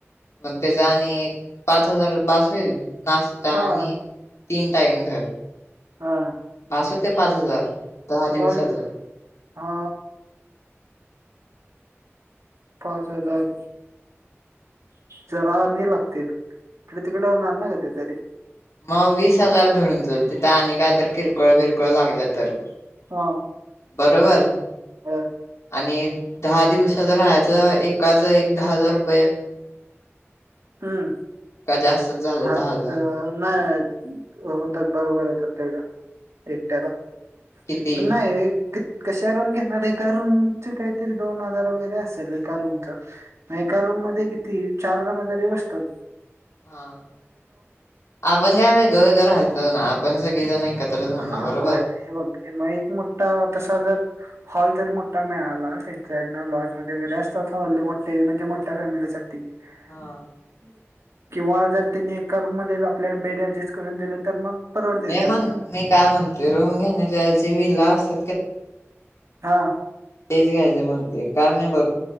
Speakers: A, on the left; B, on the right.
A: मग त्याच्या आणि पाच हजार बास होईल नाश्ता
B: हा
A: आणि तीन टाइम धर
B: हा
A: पास ते पाच हजार दहा दिवसाचे
B: बघ का हा पाच हजार जरा आणि लागतील इकडे तिकडे होणार ना त्याच्यासाठी
A: मग वीस हजार धरून चल तिथं आणि काय तर किरकोळ किरकोळ लागलं तर
B: हो.
A: बरोबर.
B: हो.
A: आणि दहा दिवसाच राहायचं एकाच एक दहा हजार रुपये
B: हम.
A: का जास्तच झालं
B: हा
A: दहा
B: अ
A: हजार
B: नाही होतात बरोबर होतात. तिकडं एकट्याला
A: किती
B: पण नाही. कशा रूम घेणार एका रूमच काहीतरी दोन हजार वगैरे असेल एका रूमच म एका रूम मध्ये किती चार जण तरीबसतात
A: हा आपण काय ग वेगळे वेगळे राहतो ना आपण सगळेजण एकत्र राहणार
B: हा
A: बरोबर
B: म बघ मग एक मोठा तसा जर हॉल जर मोठा मिळाला त्यांच्याकडनं लॉजमध्येध्ये वगैरे असतात हॉल मोठे म्हणजे मोठ्या फॅमिलीसाठीठी हम्म.
A: हा
B: किंवा जर त्यानी एका रूम मध्ये आपल्याला बेड अऍडजस्ट करून दिलं तर मग परवडतेते
A: मी
B: आपलं.
A: म्हण मी काय म्हणते रूम घेण्याच्या जीवीला असत.
B: हा.
A: तेच घ्यायचं म्हणते कारण नाही बघ